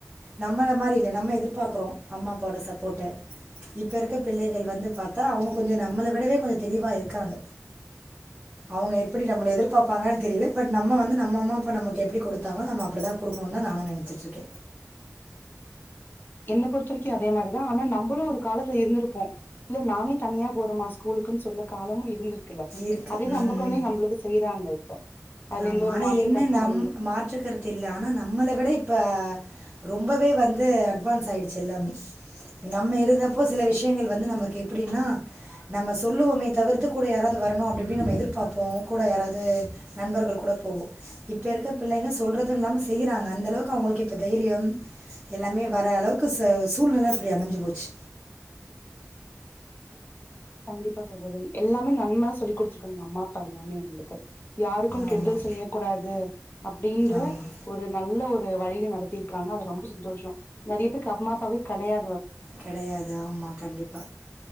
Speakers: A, on the right (about 20°); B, on the left (about 40°).
A: நம்மள மாரி இல்ல நம்ம எதிர்பார்க்கறோ அம்மா அப்பாவோட சப்போட்டு இப்ப இருக்க பிள்ளைகள் வந்து பாத்தா அவங்க கொஞ்சொ நம்மள விடவே கொஞ்சோ தெளிவா இருக்காங்க அவங்க எப்டி நம்மள எதிர்பார்ப்பாங்கனு தெரில பட் நம்ம வந்து நம்ம அம்மா அப்பா நமக்கு எப்டி கொடுத்தாங்களோ நம்ம அப்டிதா கொடுக்கணுனு தா நானு நெனச்சிட்ருக்கே
B: என்ன பொறுத்த வரைக்கு அதே மாரிதா ஆனா நம்பளு ஒரு காலத்துல இருந்திருப்போ இல்ல நானே தனியா போறோமா ஸ்கூலுக்குன்னு சொல்ல காலமு இருந்திருக் குல
A: இருக்கு.
B: அதே
A: ம்.
B: நம்ப கொழந்தைங்க நம்ளுக்கு செய்றாங்க இப்ப அதுல
A: ஆமா
B: எந்த ஒரு
A: ஆனா
B: மாற்று
A: என்ன
B: கருத்து
A: நம்
B: இல்ல
A: மாற்ற கருத்து இல்ல ஆனா நம்மள விட இப்ப ரொம்பவே வந்து அட்வான்ஸ் ஆயிடுச்சு எல்லாமே நம்ம இருந்தப்போ சில விஷயங்கள் வந்து நமக்கு எப்டின்னா நம்ம சொல்லுவோமே தவிர்த்து கூட யாராவது வரணு அப்டி இப்டி நம்ம எதிர்பார்ப்போ கூட யாராவது நண்பர்கள் கூட போவோ இப்ப இருக்க பிள்ளைங்க சொல்றதும் இல்லாம செய்றாங்க அந்த அளவுக்கு அவங்களுக்கு இப்ப தைரியம் எல்லாமே வர அளவுக்கு ச சூழ்நில அப்டி அமஞ்சு போச்சு
B: கண்டிப்பா சகோதரி எல்லாமே நன்மையா சொல்லி கொடுத்துருக்காங்க அம்மா அப்பா எல்லாமே எங்களுக்கு யாருக்கு
A: ஆமா,
B: கெடுதல் செய்ய கூடாது அப்டின்ற
A: ஆமா.
B: ஒரு நல்ல வ வழியில நடத்திருக்காங்க அது ரொம்ப சந்தோஷ நெறையா பேருக்கு அம்மா அப்பாவே கெடையா
A: கெடையாது ஆமா கண்டிப்பா